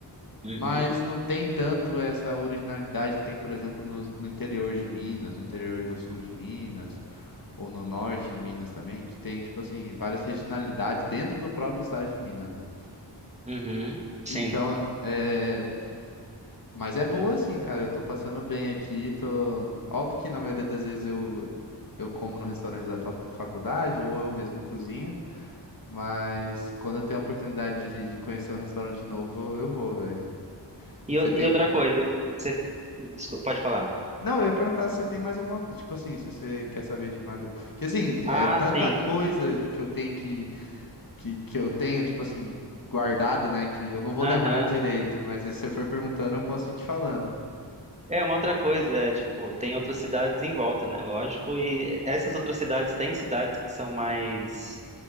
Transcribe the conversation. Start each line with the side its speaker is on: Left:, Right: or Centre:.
Right: Uhum,
Left: mas não tem tanto essa originalidade que tem, por exemplo, no, no interior de Minas, no interior do sul de Minas, ou no norte de Minas também, que tem, tipo assim, várias regionalidades dentro do próprio estado de Minas, né?
Right: uhum, sim.
Left: Então, é. Mas é boa assim, cara. Eu tô passando bem aqui. Tô... Óbvio que na maioria das vezes eu, eu como no restaurante da fa- faculdade ou eu mesmo cozinho. Mas quando eu tenho a oportunidade de, de conhecer um restaurante novo, eu vou, velho.
Right: E,
Left: Você
Right: o-
Left: tem.
Right: e outra coisa, você, desculpa, pode falar.
Left: Não, eu ia perguntar se você tem mais alguma coisa. Tipo assim, se você quer saber de mais. Porque assim, é
Right: Ah,
Left: tanta
Right: sim.
Left: coisa que eu tenho que, que, que eu tenho, tipo assim, guardada, né? Que eu não vou
Right: Aham.
Left: lembrar direito. Mas aí se você for perguntando, eu posso ir te falando.
Right: É, uma outra coisa, é, tipo, tem outras cidades em volta, né? Lógico, e essas outras cidades têm cidades que são mais